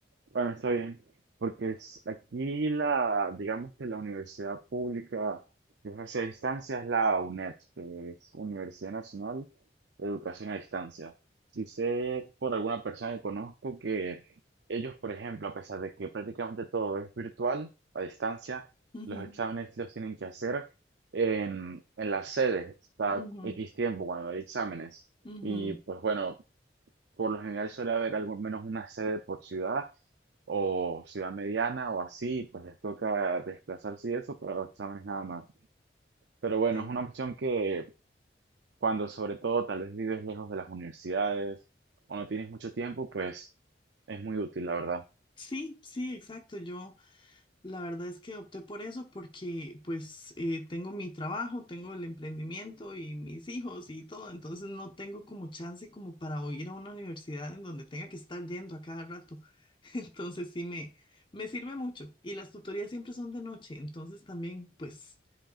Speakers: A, on the right; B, on the left.
A: Bueno, está bien. Porque es- aquí la, digamos que la universidad pública que ofrece a distancia es la UNED, que es Universidad Nacional de Educación a Distancia. Si sé por alguna persona que conozco que ellos, por ejemplo, a pesar de que prácticamente todo es virtual, a distancia,
B: Ujú,
A: los exámenes los tienen que hacer en, en las sedes, cada
B: ujú,
A: X tiempo cuando hay exámenes.
B: ujú.
A: Y pues bueno, por lo general suele haber al menos una sede por ciudad o ciudad mediana o así, pues les toca desplazarse y eso pero los exámenes nada más. Pero bueno,
B: Sí,
A: es una opción que cuando sobre todo tal vez vives lejos de las universidades o no tienes mucho tiempo, pues es muy útil, la verdad.
B: sí, sí, exacto. Yo. La verdad es que opté por eso porque pues eh, tengo mi trabajo, tengo el emprendimiento y mis hijos y todo, entonces no tengo como chance como para o ir a una universidad en donde tenga que estar yendo a cada rato. <laughs> Entonces sí me, me sirve mucho y las tutorías siempre son de noche, entonces también pues